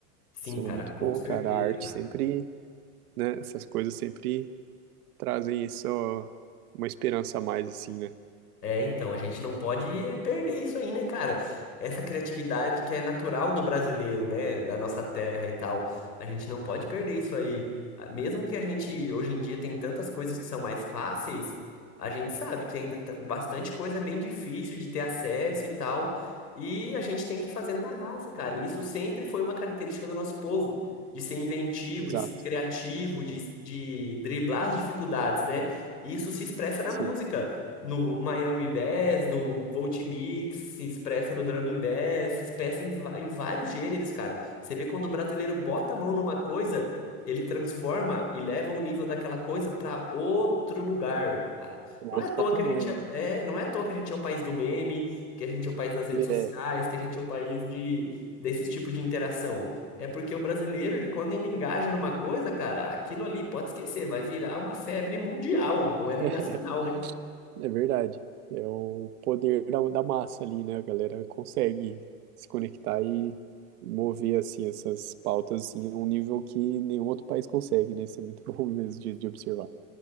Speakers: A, on the left; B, on the right.
A: Sim,
B: Isso aí
A: cara,
B: é muito
A: com
B: bom,
A: certeza,
B: cara. A arte
A: cara.
B: sempre, né? Essas coisas sempre trazem isso, ó, uma esperança a mais, assim, né?
A: É, então, a gente não pode é, perder isso aí, né, cara? Essa criatividade que é natural do brasileiro, né? Da nossa terra e tal. A gente não pode perder isso aí. Ah, Mesmo que a gente, hoje em dia, tem tantas coisas que são mais fáceis, a gente sabe que ainda tá- bastante coisa é bem difícil de ter acesso e tal. E a gente tem que ir fazendo na raça, cara. Isso sempre foi uma característica do nosso povo, de ser inventivo,
B: Exato.
A: de ser criativo, de, de driblar as dificuldades, né? E isso se expressa na
B: Sim.
A: música no Miami Bass, no Volt Mix, se expressa no Drum and Bass, se expressa em, va- em vários gêneros, cara. Você vê quando o brasileiro bota a mão numa coisa, ele transforma e leva o nível daquela coisa para outro lugar, cara.
B: Um
A: Não
B: Outro
A: é à toa
B: patamar,
A: que a gente
B: né?
A: é, é, não é à toa que a gente é o país do meme, que a gente é o país das redes sociais,
B: É,
A: que a gente é o país de desse tipo de interação. É porque o brasileiro, ele quando ele engaja numa coisa, cara, aquilo ali pode esquecer, vai virar uma febre mundial, não
B: <laughs>
A: é nem nacional, né?
B: É verdade. É o poder da, da massa ali, né? A galera consegue se conectar e mover assim essas pautas assim, a um nível que nenhum outro país consegue, né? Isso é muito <laughs> bom mesmo de, de observar.